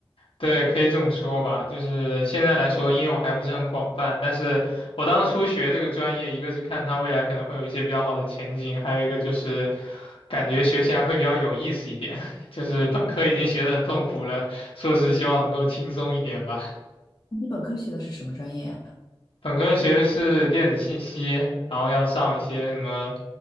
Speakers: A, on the left (about 75°); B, on the left (about 45°).
A: 对，可以这么说吧。就是现在来说，应用还不是很广泛。但是我当初学这个专业，一个是看它未来可能会有一些比较好的前景，还有一个就是感觉学起来会比较有意思一点。<laughs> 就是本科已经学得很痛苦了，硕士希望能够轻松一点吧。
B: 你本科学的是什么专业啊
A: 本科学的是电子信息，然后要上一些什么